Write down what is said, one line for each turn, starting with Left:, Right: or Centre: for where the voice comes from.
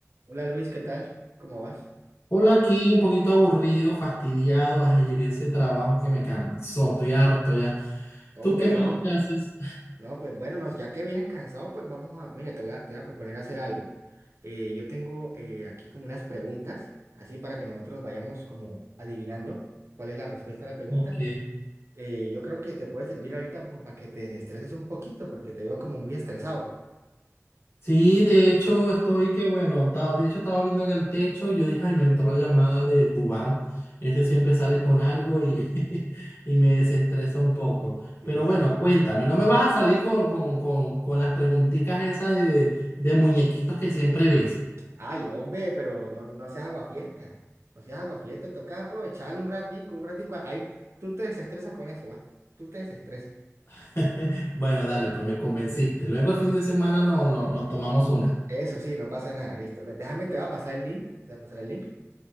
Right: Hola Luis, ¿qué tal? ¿Cómo vas?
Left: Hola, aquí un poquito aburrido, fastidiado. Ay, llegué a ese trabajo que me cansó, estoy harto ya.
Right: Hombre,
Left: ¿Tú qué más
Right: no.
Left: que haces?
Right: No, pues bueno, no, ya que vienes cansado, pues vamos a, mira, te voy a, te voy a proponer hacer algo. Eh, yo tengo eh, aquí como unas preguntas, así para que nosotros vayamos como adivinando cuál es la respuesta a la pregunta.
Left: Ok.
Right: Eh, yo creo que te puede servir ahorita como para que te desestreses un poquito, porque te veo como muy estresado.
Left: Sí, de hecho estoy que bueno, da- de hecho estaba viendo en el techo y yo dije, ay, me entró la llamada de Dubán. Ese siempre sale con algo y, <laughs> y me desestresa un poco.
Right: Sí,
Left: Pero
Right: sí.
Left: bueno, cuéntame, no me vas a salir con, con, con, con las preguntitas esas de, de muñequitos que siempre ves.
Right: Ay, hombre, pero no, no seas aguafiesta. No seas aguafiesta, toca aprovechar un ratico, un ratico. Ahí, tú te desestresas con eso, va. Tú te desestresas.
Left: <laughs> Bueno, dale, pues me convenciste. Luego el fin de semana no, no, nos tomamos una.
Right: Eso sí, no pasa nada, listo. Ve- Déjame, te va a pasar el link, te va a pasar el link